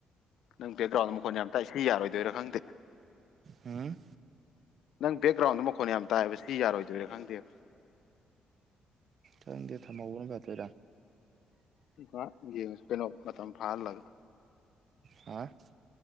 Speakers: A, on the left; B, on the right.
A: ꯅꯪ ꯕꯦꯛꯒ꯭ꯔꯥꯎꯟꯗ ꯃꯈꯣꯟꯅ ꯌꯥꯝ ꯇꯥꯏꯏ ꯁꯤ ꯌꯥꯔꯣꯏꯗꫭꯏꯔ ꯈꯪꯗꯦ꯫
B: ꯎꯝ
A: ꯅꯪ ꯕꯦꯛꯒ꯭ꯔꯥꯎꯟꯗꫭ ꯃꯈꯣꯟ ꯌꯥꯝ ꯇꯥꯏꯑꯦꯕ ꯁꯤꯗꯤ ꯌꯥꯔꯣꯏꯗꯣꯏꯔꯥ ꯈꯪꯗꯦꯕ꯫
B: ꯈꯪꯗꯦ ꯊꯝꯍꯧꯕꯅ ꯐꯗꯣꯏꯔꯥ꯫
A: ꯉꯍꯥꯛ ꯌꯦꯡꯑꯁꯤ ꯀꯩꯅꯣ ꯃꯇꯝ ꯐꯥꯍꯜꯂꯒ꯫
B: ꯍꯥ